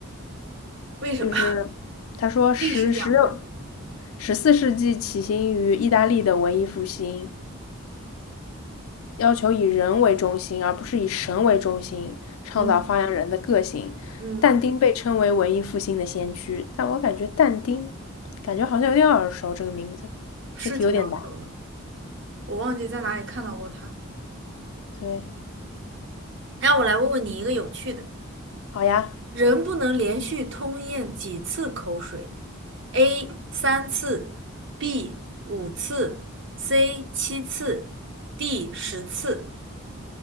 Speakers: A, on the right; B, on the left.
A: 为什么？
B: 就是他说十十六。
A: <laughs> 历史讲。一下。
B: 十四世纪起兴于意大利的文艺复兴，要求以人为中心，而不是以神为中心，倡导发扬人的个性。
A: 嗯嗯，
B: 但丁被称为文艺复兴的先驱，但我感觉但丁，感觉好像有点耳熟这个名字，
A: 是挺难受的，
B: 这题有点难。
A: 我忘记在哪里看到过它。
B: 对，
A: 那我来问问你一个有趣的：
B: 好呀，
A: 人不能连续吞咽几次口水？A 三次，B 五次，C 七次，D 十次。